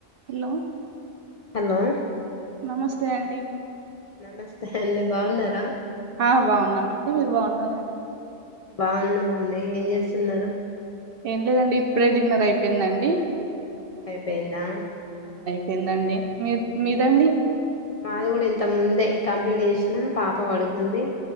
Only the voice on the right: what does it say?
hello
నమస్తే అండి
ఆ బాగున్నామండి. మీరు బాగున్నారండి?
ఏం లేదండి ఇప్పుడే డిన్నర్ అయిపోయిందండి.
కిందండి మీ మీదండి?